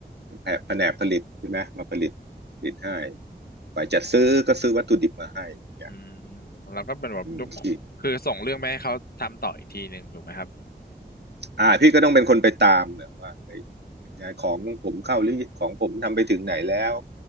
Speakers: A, on the right; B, on the left.
A: แผแผนกผลิตใช่ไหมมาผลิตผลิตให้ฝ่ายจัดซื้อก็ซื้อวัตถุดิบมาให้อย่าง
B: อืมแล้วก็เป็นแบบยก
A: อืมพี่
B: คือส่งเรื่องไปให้เขาทำต่ออีกทีหนึ่งถูกไหมครับ
A: อ่าพี่ก็ต้องเป็นคนไปตามเนี่ยว่าเฮ้ยยังไงของผมเข้าหรือของผมทำไปถึงไหนแล้ว